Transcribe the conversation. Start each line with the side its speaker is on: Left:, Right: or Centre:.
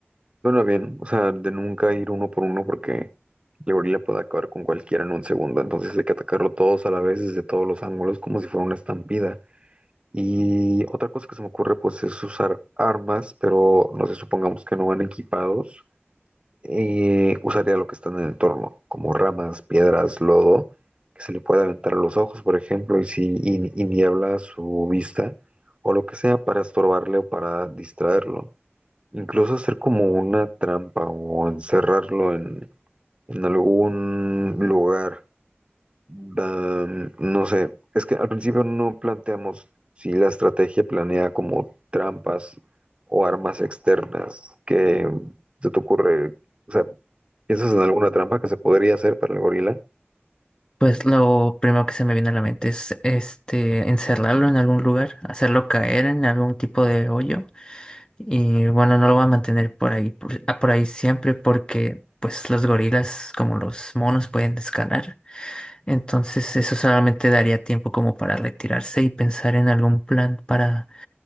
Right: Bueno, bien, o sea, de nunca ir uno por uno porque el gorila puede acabar con cualquiera en un segundo, entonces hay que atacarlo todos a la vez desde todos los ángulos como si fuera una estampida. Y otra cosa que se me ocurre pues es usar armas, pero no sé, supongamos que no van equipados, eh, usaría lo que está en el entorno, como ramas, piedras, lodo, que se le puede aventar a los ojos, por ejemplo, y si y, y niebla su vista o lo que sea para estorbarle o para distraerlo. Incluso hacer como una trampa o encerrarlo en, en algún lugar. Dan- no sé, es que al principio no planteamos si la estrategia planea como trampas o armas externas. ¿Qué se te ocurre? O sea, ¿piensas en alguna trampa que se podría hacer para el gorila?
Left: Pues lo primero que se me viene a la mente es este encerrarlo en algún lugar, hacerlo caer en algún tipo de hoyo y bueno, no lo va a mantener por ahí por, ah, por ahí siempre porque pues los gorilas como los monos pueden escalar Entonces eso solamente daría tiempo como para retirarse y pensar en algún plan para